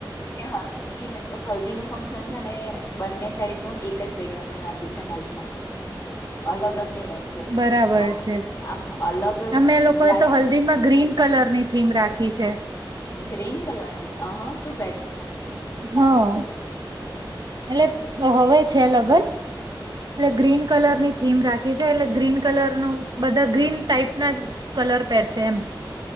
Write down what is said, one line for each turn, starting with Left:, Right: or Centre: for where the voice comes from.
Left: હ હલ્દી હલ્દી નું ફંક્શન છે ને બંને સાઈડ નું એક જ જગ્યા મે રાખ્યું છે મેરેજમાં અલગ જ નહી રાખ્યું
Right: બરાબર
Left: તો
Right: છે
Left: આમ અલગ
Right: અમે લોકો
Left: લાગે
Right: એ તો હલ્દીમાં
Left: ને
Right: ગ્રીન કલર ની થીમ રાખી છે.
Left: ગ્રીન, કલરની આ હા સુ
Right: હા, એટલે હવે છે. લગન એટલે ગ્રીન કલરની થીમ રાખી છે. એટલે ગ્રીન કલર નું બધા ગ્રીન ટાઈપના જ કલર, પેરસે એમ